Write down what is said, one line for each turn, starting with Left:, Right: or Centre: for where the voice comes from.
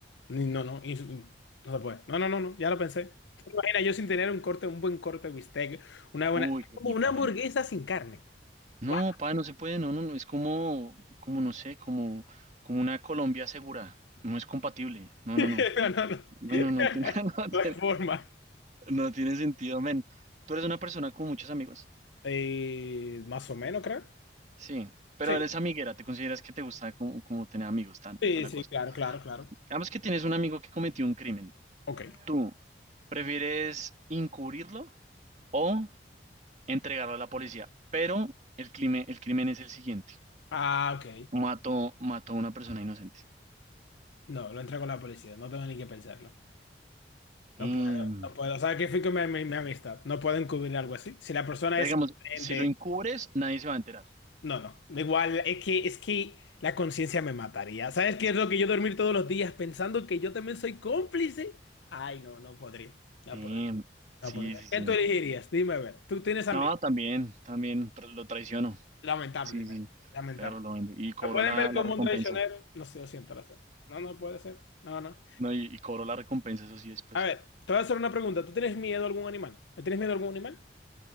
Left: Ni- No, no, y- no se puede. No, no, no, no, ya lo pensé. ¿Te imaginas yo sin tener un corte, un buen corte de bistec, una buena,
Right: Uy, qué
Left: como
Right: rico,
Left: una hamburguesa
Right: men.
Left: sin carne?
Right: No,
Left: Guau.
Right: pa, no se puede, no, no, no, es como, como, no sé, como, como una Colombia segura. No es compatible, no,
Left: <laughs>
Right: no, no.
Left: No, no, no.
Right: Men,
Left: <laughs>
Right: no, no, tiene- <laughs> no
Left: No hay
Right: tiene,
Left: forma.
Right: no tiene sentido, men. ¿Tú eres una persona con muchos amigos?
Left: Eh, más o menos, creo.
Right: Sí, pero
Left: Sí.
Right: eres amiguera, ¿te consideras que te gusta como, como tener amigos, tan,
Left: Sí,
Right: toda la
Left: sí,
Right: cosa?
Left: claro, claro, claro.
Right: Digamos que tienes un amigo que cometió un crimen.
Left: Ok.
Right: ¿Tú prefieres encubrirlo o entregarlo a la policía? Pero el crimen, el crimen es el siguiente.
Left: Ah, ok.
Right: Mató, mató a una persona inocente.
Left: No, lo entrego a la policía. No tengo ni que pensarlo. No
Right: Damn.
Left: puedo, no puedo. ¿Sabes qué fui con mi, mi- mi amistad? No puedo encubrir algo así. Si la persona
Right: Pero
Left: es
Right: digamos, si
Left: inocente,
Right: lo encubres, nadie se va a enterar.
Left: no, no. Da Igual, es que, es que la conciencia me mataría. ¿Sabes qué
Right: Sí.
Left: es lo que yo dormir todos los días pensando que yo también soy cómplice? Ay, no, no podría. No
Right: Damn.
Left: podría,
Right: Sí,
Left: no podría.
Right: sí, sí.
Left: ¿Qué tú elegirías? Dime a ver. ¿Tú tienes amigos?
Right: No, también, también tra- lo traiciono.
Left: Lamentablemente.
Right: Sí, sí.
Left: Lamentable.
Right: Pero lo vende. Y cobró
Left: ¿Lo pueden
Right: la,
Left: ver
Right: la
Left: como
Right: recompensa.
Left: un traicionero? No sé, lo siento, lo siento. No, no puede ser. No, no.
Right: No, y, y cobró la recompensa, eso sí, después.
Left: A ver, te voy a hacer una pregunta. ¿Tú tienes miedo a algún animal? ¿Le tienes miedo a algún animal?